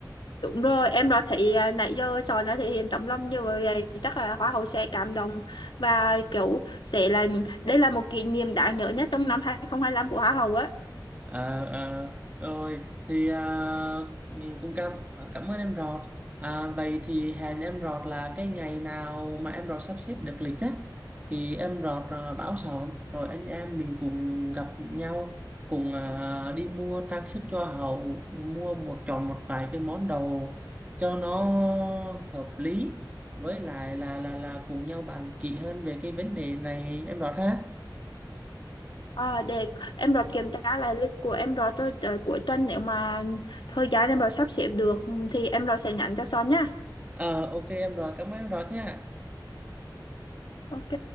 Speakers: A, on the left (about 75°); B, on the right (about 20°).
A: đúng rồi em đã thấy à, nãy giờ Sòn đã thể hiện tấm lòng như vậy chắc là Hoa hậu sẽ cảm động và kiểu sẽ là đây là một kỷ niệm đáng nhớ nhất trong năm 2025 của Hoa hậu á
B: Ờ, ờ, rồi thì à, ừ, cũng cảm à, cảm ơn em Rọt à, vậy thì hẹn em Rọt là cái ngày nào mà em Rọt sắp xếp được lịch á thì em Rọt à, báo sòn rồi anh em mình cùng gặp nhau cùng à, đi mua trang sức cho hậu mua một chọn một vài cái món đồ cho nó hợp lý với lại là là là cùng nhau bàn kỹ hơn về cái vấn đề này em Rọt ha
A: Ờ, để em rồi kiểm tra lại lịch của em Rọt rồi tôi tới cuối tuần nếu mà thời gian em rồi sắp xếp được thì em rồi sẽ nhắn cho Son nhá.
B: ờ ok em Rọt cảm ơn em Rọt nha
A: Ok.